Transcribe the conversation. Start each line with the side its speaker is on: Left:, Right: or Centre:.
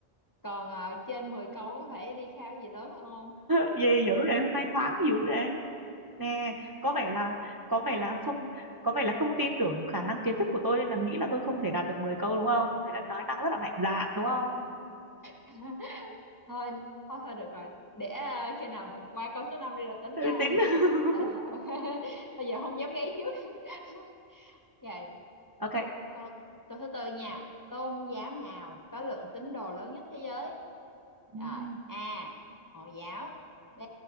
Left: còn ờ, trên 10 câu có phải đi khao gì lớn hơn không
Right: Gì dữ vậy, hôm nay thoáng dữ vậy. Nè, có vẻ là có vẻ là không có vẻ là không tin tưởng khả năng kiến thức của tôi nên là nghĩ là tôi không thể đạt được 10 câu đúng không? Thế là nói năng rất là mạnh dạn đúng không?
Left: <laughs> thôi thôi thôi được rồi để à, khi nào bạn qua câu số 5 đi là tính
Right: Thế
Left: nha
Right: là tính. <laughs>
Left: <laughs> tại ok bây giờ không dám gáy trước <laughs> ok
Right: Ok.
Left: câu câu thứ tư nha tôn giáo nào có lượng tín đồ lớn nhất thế giới
Right: Ừ.
Left: rồi a hồi giáo b